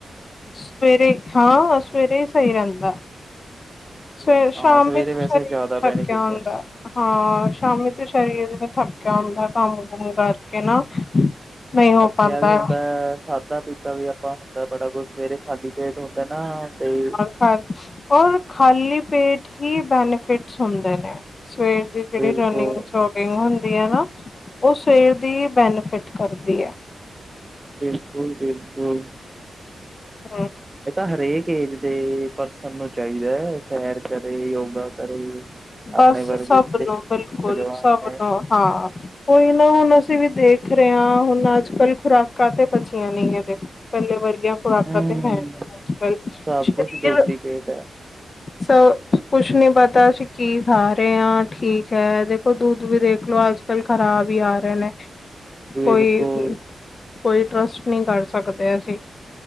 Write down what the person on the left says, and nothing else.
ਸਵੇਰੇ ਹਾਂ ਸਵੇਰੇ ਹੀ ਸਹੀ ਰਹਿੰਦਾ। ਸਵੇਰੇ ਸ਼ਾਮ
ਨੂੰ ਤਾਂ
ਸਰੀਰ
ਥੱਕਿਆ
ਹੁੰਦਾ।
ਹਾਂ ਸ਼ਾਮੀ ਤੇ ਸਰੀਰ ਜੈਂ ਥੱਕਿਆ ਹੁੰਦਾ ਕੰਮ-ਕੁਮ ਕਰਕੇ ਨਾ। ਨਹੀਂ ਹੋ
ਪਾਉਂਦਾ
ਹਾਂਜੀ, ਔਰ ਖਾਲੀ ਪੇਟ ਹੀ ਬੈਨੀਫਿਟਸ ਹੁੰਦੇ ਨੇ ਸਵੇਰ ਦੇ ਜਿਹੜੀ
ਰਨਿੰਗ-ਜੋਗਿੰਗ ਹੁੰਦੀ ਹੈ ਨਾ, ਉਹ ਸਵੇਰ ਦੀ ਹੀ ਬੈਨੀਫਿਟ ਕਰਦੀ ਐ।
ਹਮ
ਬਸ
ਸਭ
ਨੂੰ ਬਿਲਕੁਲ
ਸਭ
ਨੂੰ ਹਾਂ। ਉਹੀ ਨਾ ਹੁਣ ਅਸੀਂ ਵੀ ਦੇਖ ਰਹੇ ਹਾਂ, ਹੁਣ ਅੱਜ ਕੱਲ੍ਹ ਖੁਰਾਕਾਂ ਤੇ ਪਚੀਆਂ ਨਹੀਂ ਹੈ ਪਹਿਲੇ ਵਰਗੀਆਂ ਖੁਰਾਕਾਂ
ਤੇ ਹੈ ਨੀ ਅੱਜ-ਕੱਲ,
ਸਰੀਰ
ਸ ਕੁੱਛ ਨਹੀਂ ਪਤਾ ਸੀ ਕੀ ਖਾ ਰਹੇ ਹਾਂ ਠੀਕ ਹੈ ਦੇਖੋ ਦੁੱਧ ਵੀ ਦੇਖਲੋ ਅੱਜ-ਕੱਲ ਖ਼ਰਾਬ ਹੀ ਆ ਰਹੇ ਨੇ।
ਕੋਈ ਕੋਈ ਟਰਸਟ ਨਹੀਂ ਕਰ ਸਕਦੇ ਅਸੀਂ